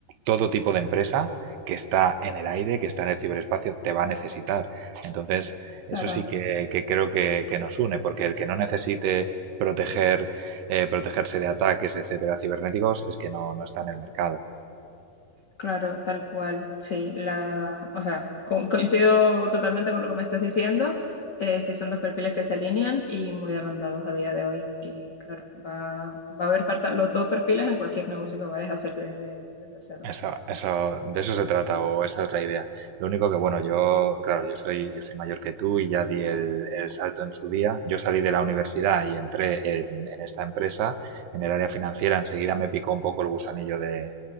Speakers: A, on the right; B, on the left.
A: todo tipo de empresa que está en el aire, que está en el ciberespacio, te va a necesitar. Entonces,
B: Claro,
A: eso sí que, que creo que, que nos une, porque el que no necesite proteger, eh, protegerse de ataques, etcétera, cibernéticos, es que no, no está en el mercado.
B: claro, tal cual. Sí, la, o sea, co- coincido totalmente con lo que me estás diciendo. Eh, sí son dos perfiles que se alinean y muy demandados a día de hoy. Y claro, va, va a haber falta los dos perfiles en cualquier negocio que vayas a hacer desde, desde cero.
A: Eso, eso, de eso se trata, o esa es la idea. Lo único que, bueno, yo, claro, yo soy, yo soy mayor que tú y ya di el, el salto en su día. Yo salí de la universidad y entré en, en esta empresa, en el área financiera. Enseguida me picó un poco el gusanillo de, de